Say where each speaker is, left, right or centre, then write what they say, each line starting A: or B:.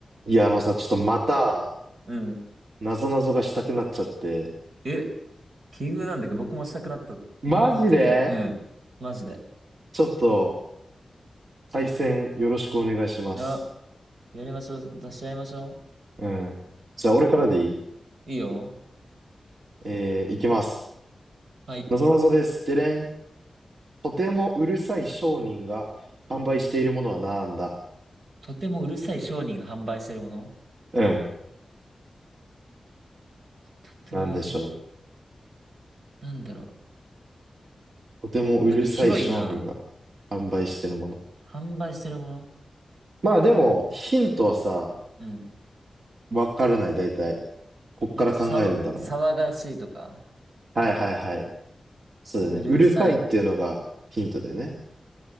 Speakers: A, on the right; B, on the right.
A: いや、あのさ、ちょっとまた、
B: うん。
A: なぞなぞがしたくなっちゃって、
B: え、奇遇なんだけど、僕もしたくなった、
A: マジで
B: な、なってきた。うん。マジで。
A: ちょっと、対戦よろしくお願いします。
B: いや、やりましょう。出し合いましょ
A: うん。じゃあ、俺からでいい
B: う。いいよ。
A: えー、いきます。
B: はい。
A: なぞなぞです。でれん。とてもうるさい商人が販売しているものはなんだ
B: とてもうるさい商人が販売してるもの。
A: うん。
B: とても、
A: なんでしょ
B: なんだろ
A: う。とてもうるさい商人が
B: う。なんか広いな。
A: 販売しているもの。
B: 販売してるもの。
A: まあでも、ヒントはさ、
B: うん。
A: わからない、大体。こっから考えるんだろうな。
B: なんかさわ、騒がしいとか、
A: はいはいはい。そうだね。
B: うるさいと。
A: うるさいっていうのがヒントだよね。